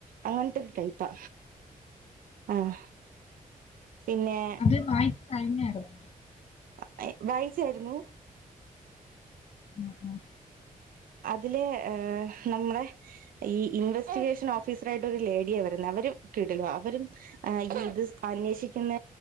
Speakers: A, on the right; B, on the left.
A: അങ്ങനത്തെ ഒരു ടൈപ്പാ, ആഹ് പിന്നെ.
B: അത് വായിച്ചു കഴിഞ്ഞായിരുന്നു.
A: വാ വായിച്ചായിരുന്നു.
B: ആഹ് ആഹ്
A: അതിലെ ഏഹ് നമ്മുടെ. ഈ ഇൻവെസ്റ്റിഗേഷൻ ഓഫീസർ ആയിട്ട് ഒരു ലേഡിയാ വരുന്നേ, അവര് കിടിലാ അവരും. ആഹ് ഇത് അന്വേഷിക്കുന്ന